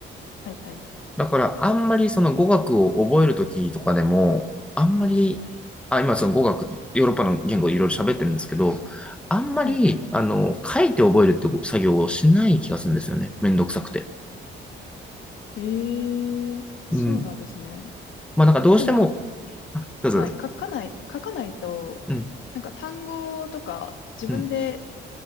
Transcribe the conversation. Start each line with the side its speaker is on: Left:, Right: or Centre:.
Left: はいはい。
Centre: だから、あんまりその語学を覚えるときとかでも、あんまり、あ、今その語学、ヨーロッパの言語いろいろ喋ってるんですけど、あんまり、
Left: はい。
Centre: あの、書いて覚えるって作業をしない気がするんですよね。めんどくさくて。
Left: へえ、そうなんですね。
Centre: うん。まあなんかどうしても、
Left: でも、か、
Centre: あ、どうぞどうぞ。
Left: はい。書かない、書かないと、
Centre: うん、
Left: なんか単語とか自分で
Centre: うん、